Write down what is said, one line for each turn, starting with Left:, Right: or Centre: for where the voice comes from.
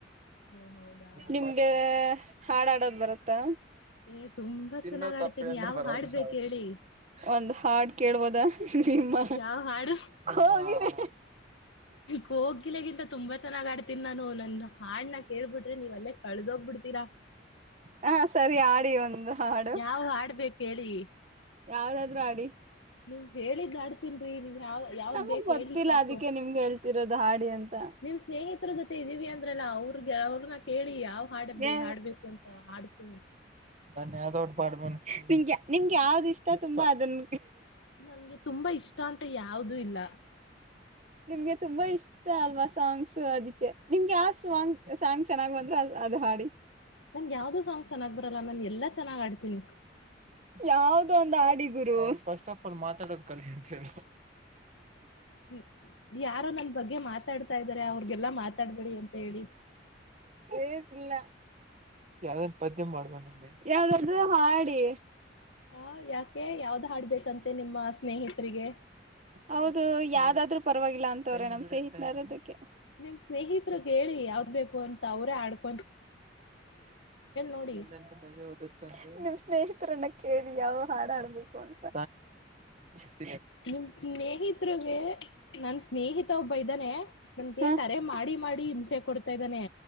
Left: ಓ ಹೌದಾ
Right: ನಿಮ್ಗೆ ಹಾಡಾಡದು ಬರುತ್ತಾ
Left: ಏ ತುಂಬಾ ಚೆನ್ನಾಗ್
Right: ನ್ನ
Left: ಆಡ್ತೀನಿ
Right: ತಪ್ಪನ್ನು
Left: ಯಾವ
Right: ಬರಲ್ಲ
Left: ಹಾಡ್ಬೇಕ ಹೇಳಿ
Right: ಒಂದ್ ಹಾಡ್ ಕೇಳ್ಬೋದ ನಿಮ್ಮ
Left: ಯಾವ ಹಾಡು
Right: ಕೋಗಿಲೆ
Left: ಕೋಗಿಲೆಗಿಂತ ತುಂಬಾ ಚೆನ್ನಾಗ್ ಆಡ್ತೀನಿ ನಾನು ನನ್ನ ಹಾಡ್ನ ಕೇಳ್ಬಿಟ್ರೆ ನೀವ್ ಅಲ್ಲೇ ಕಳದೋಗ್ಬಿಡ್ತೀರಾ
Right: ಹ ಸರಿ ಆಡಿ ಒಂದು ಹಾಡು
Left: ಯಾವ ಹಾಡ್ಬೇಕ ಹೇಳಿ
Right: ಯಾವ್ದಾದ್ರು ಹಾಡಿ
Left: ನೀವು ಹೇಳಿದ್ ಆಡ್ತೀನ್ೀ ನೀಮ್ ಯಾವ ಯಾವ್ದ್
Right: ನಮಗ್
Left: ಬೇಕ
Right: ಗೊತ್ತಿಲ್ಲ
Left: ಹೇಳಿ ಸಾಕು
Right: ಅದಕ್ಕೆ ನಿಮ್ಗೆ ಹೇಳ್ತಿರೋದು ಹಾಡಿ ಅಂತ
Left: ನಿಮ್ ಸ್ನೇಹಿತರ ಜೊತೆ ಇದೀವಿ ಅಂತ ಅಂದ್ರಲ್ಲ ಅವ್ರಗೆ ಅವ್ರನ್ನ ಕೇಳಿ ಯಾವ್ ಹಾಡ
Right: ಏ
Left: ಹಾಡ್ಬೇಕು ಅಂತ ಹಾಡ್ತೀನಿ
Right: ನ್ಯ ನಿಗೆ ನಿಮ್ಗೆ ಯಾವ್ದ್ ಇಷ್ಟ ತುಂಬಾ ಅದನ್ನ
Left: ನನ್ಗೆ ತುಂಬಾ ಇಷ್ಟ ಅಂತ ಯಾವ್ದೂ ಇಲ್ಲ
Right: ನಿಮ್ಗೆ ತುಂಬಾ ಇಷ್ಟ ಅಲ್ವಾ ಸಾಂಗ್ಸ್ ಅದಕ್ಕೆ ನಿಮ್ಗೆ ಆ ಸಾಂಗ್ ಸಾಂಗ್ ಚೆನ್ನಾಗ್ ಬಂದ್ರ ಅದು ಹಾಡಿ
Left: ನನ್ ಯಾವ್ದೋ ಸಾಂಗ್ ಚೆನ್ನಾಗ್ ಬರಲ್ಲ ನಾನ್ ಎಲ್ಲಾ ಚೆನ್ನಾಗ್ ಹಾಡ್ತೀನಿ
Right: ಯಾವ್ದ ಒಂದು ಆಡಿ ಗುರು ಫಸ್ಟ್ ಆಫ್ ಆಲ್ ಮಾತಾಡದು ಕಲಿ ಅಂತ ಹೇಳ.
Left: ಹೂ ಯಾರೋ ನನ್ ಬಗ್ಗೆ ಮಾತಾಡ್ತಾ ಇದಾರೆ ಅವ್ರಗೆಲ್ಲಾ ಮಾತಾಡ್ಬೇಡಿ ಅಂತ ಹೇಳಿ
Right: ಏನ್ ಇಲ್ಲ ಯಾವ್ದ್ರ ಪದ್ಯ ಮಾಡ್ಬಮ ಯಾವಾದ ಹಾಡಿ
Left: ಹಾ ಯಾಕೆ ಯಾವ್ದ್ ಹಾಡ್ಬೇಕಂತೆ ನಿಮ್ಮ ಸ್ನೇಹಿತರಿಗೆ
Right: ಹೌದು ಯಾವ್ದಾದ್ರರು ಪರವಾಗಿಲ್ಲ ಅಂತವ್ರೆ ನಮ್ ಸ್ೇಹಿತರೋದಕ್ಕೆ
Left: ನಿಮ್ ಸ್ನೇಹಿತ್ರಗ್ ಹೇಳಿ ಯಾವ್ದ್ ಬೇಕು ಅಂತ ಅವ್ರೇ ಹಾಡ್ಕೊಳ್ತಾರೆ ನೋಡಿ
Right: ಎಲ್ಲ ಬೆದೆ ಉದುರ್ತಂತೆ ಸ್ನೇಹಿತರನ್ನ ಕೇಳಿ ಯಾವ ಹಾಡಾಡ್ಬೇಕು ಅಂತ <unintelligible>
Left: ನಿಮ್ ಸ್ನೇಹತ್ರಿಗೆ ನನ್ ಸ್ನೇಹಿತ ಒಬ್ಬ ಇದ್ದಾನೆ ನನ್ಗೆ
Right: ಹ
Left: ಕರೆ ಮಾಡಿ ಮಾಡಿ ಹಿಂಸೆ ಕೊಡ್ತಾ ಇದ್ದಾನೆ.